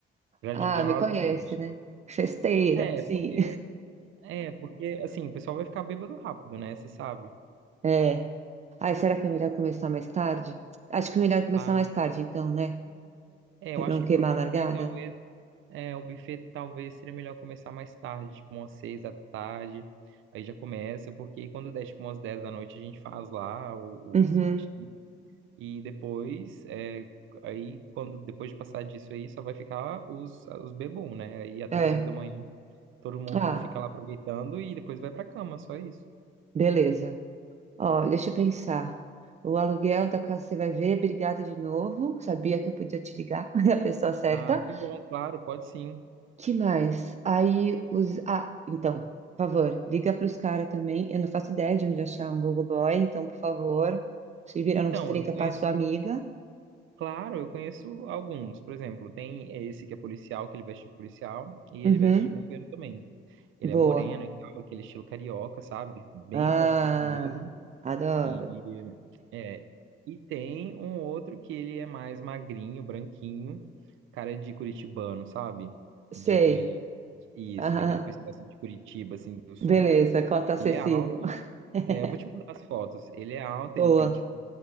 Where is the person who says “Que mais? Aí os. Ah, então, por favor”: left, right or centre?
Right